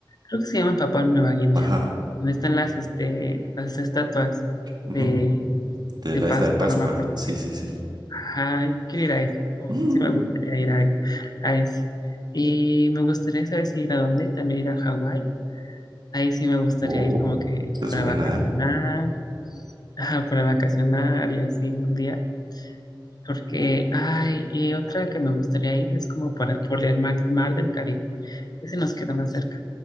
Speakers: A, on the left (about 50°); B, on the right (about 55°).
A: Creo que se llaman Papua Nueva Guinea.
B: Ajá.
A: Donde están las, este, las estatuas
B: ujú,
A: de,
B: De
A: de
B: la
A: Pascua,
B: isla de Pascua,
A: no me acuerdo
B: sí,
A: qué.
B: sí, sí.
A: Ajá, yo quiero ir a eso. Como
B: <laughs>
A: que sí me gustaría
B: Mm.
A: ir a, e- a ese. Y me gustaría saber si ir a dónde, también ir a Hawái. Ahí sí me gustaría
B: Oh,
A: ir como que
B: esa es
A: para
B: buena,
A: vacacionar,
B: ¿eh?
A: ajá, para vacacionar y así un día. Porque, ay, y otra que me gustaría ir es como para, por el mar, mar del Caribe. Ese nos queda más cerca,